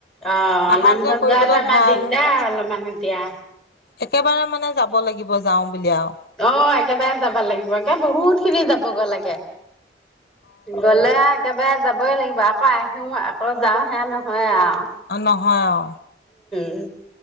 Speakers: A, in the centre; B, on the left.
A: অ
B: অহা
A: নামঘৰ
B: কৰিবলৈও
A: যোৱা পৰা ইমান
B: ভাল
A: দিগদাৰ অলপমান এতিয়া।
B: একেবাৰে মানে যাব লাগিব যাও বুলি আও
A: অ একেবাৰে যাব লাগিবে বহুত খিনি যাবগে লাগে। গলে আও। কবাৰে যাবই লাগিব আকৌ আহোঁ আকৌ যাওঁ সেয়া নহয় আও
B: নহয় অ।
A: উম।